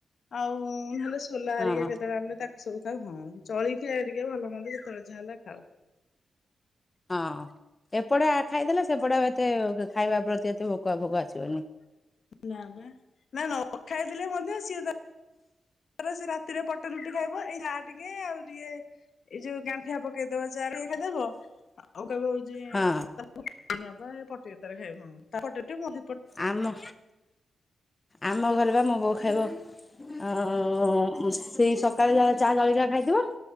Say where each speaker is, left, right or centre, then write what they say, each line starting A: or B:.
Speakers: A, on the left (about 65°); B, on the left (about 25°).
A: ଆଉ ନହେଲେ ସେ ସୋଲା
B: ହଁ
A: ହେରିକା
B: ହଁ
A: କେତେବେଳେ ଆଣିଲେ ତାକୁ ସବୁ ଖାଉ ହଁ ଜଳଖିଆ ଆରିକେ ଭଲ ହନ୍ଦ ଯେତେବେଳେ ଯାହା ହେଲା ଖାଉ।
B: ହଁ ଏପଟେ ଆ ଖାଇଦେଲେ ସେପଟେ ଏତେ ଖାଇବା ପ୍ରତି ଏତେ ଭୋକ ଭୋକ ଆସିବନି
A: ନା ନା ନା ନା। କଥା ହେଇଥିଲେ ହୁଅନ୍ତା ସିଏ ତା ଆରେ ସେ ରାତିରେ ପଟେ ରୁଟି ଖାଇବ ଏଇ ଯାହା ଟିକେ ଆଉ ଟିକେ ଏଇ ଯୋଉ ଗାଠିଆଁ ପକେଇଦବ ଚା ଟିଏ ଖାଇଦବ ଅଁ ଆଉ କବେ ହଉଛି
B: ହଁ
A: ପଟରେ <unintelligible> ଖାଇ
B: ଆମ ଆମ ଘରେ ବା ମୋ ବୋଉ ଖାଇବ ଆଉ ସେଇ ସକାଳେ ଯା ଚା ଜଳିଖୀଆ ଖାଇଥିବ